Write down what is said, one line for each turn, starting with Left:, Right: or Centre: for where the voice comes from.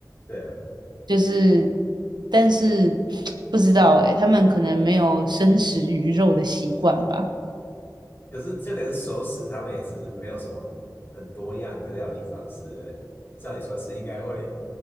Left: 对啊，
Right: 就是但是 <tsk> 不知道诶、他们可能没有生食鱼肉的习惯吧。
Left: 可是就连熟食，他们也是没有什么很多样的料理方式。照理说是应该会，